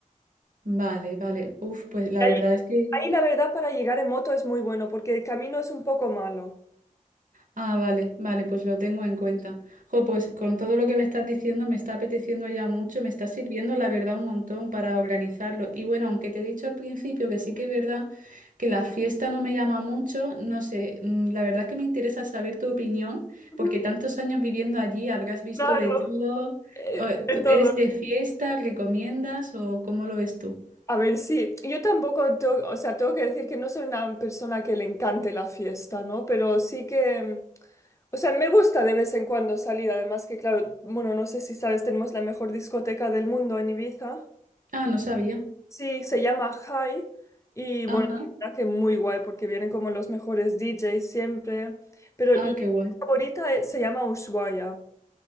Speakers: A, on the right; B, on the left.
A: Vale, vale. Uf, pues la
B: Y ahí,
A: verdad es que...
B: ahí la verdad para llegar en moto es muy bueno porque el camino es un poco malo.
A: Ah, vale, vale, pues lo tengo en cuenta. Jo, pues con todo lo que me estás diciendo me está apeteciendo ya mucho, me está sirviendo la verdad un montón para organizarlo. Y bueno, aunque te he dicho al principio que sí que es verdad que la fiesta no me llama mucho, no sé, mm, la verdad es que me interesa saber tu opinión,
B: Ujú,
A: porque tantos años viviendo allí habrás visto
B: Claro,
A: de todo.
B: eh,
A: O,
B: de
A: ¿tú
B: todo.
A: ¿Eres de fiesta? ¿Recomiendas o cómo lo ves tú?
B: A ver, sí, yo tampoco, tengo- o sea, tengo que decir que no soy una persona que le encante la fiesta, ¿no? Pero sí que, mm, o sea, me gusta de vez en cuando salir, además que, claro, bueno, no sé si sabes, tenemos la mejor discoteca del mundo en Ibiza.
A: Ah, no sabía.
B: Sí, se llama High y, bueno,
A: Ajá.
B: la verdad que muy guay porque vienen como los mejores DJs siempre, pero
A: Ah,
B: la
A: qué guay.
B: favorita eh, se llama Ushuaia